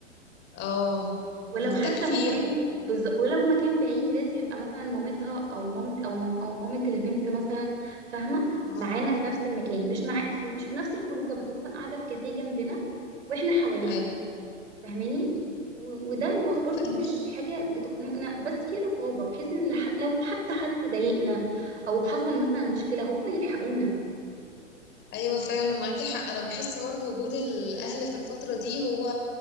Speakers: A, on the left; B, on the right.
A: اه
B: ولو حتى
A: تاخير
B: مكان بز... ولو مكان بعيد لازم يبقى مثلا مامتها او مامت او مام... او مامة البنت مثلا فاهمه
A: اه
B: معانا في نفس المكان مش مع في- مش في نفس الخروجه بس مثلا قاعده في كافيه جنبنا واحنا حواليهم
A: أيوه.
B: فاهماني
A: مم.
B: و... وده ب- برضو
A: فعلا.
B: مش حاجه بتخنقنا بس في رقابه بحيث ان لح... لو حتى حد ضايقنا او حصل مثلا مشكله هم يلحقونا
A: ايوه فعلا معاكي حق انا بحس برضو وجود الاهل في الفتره دي هو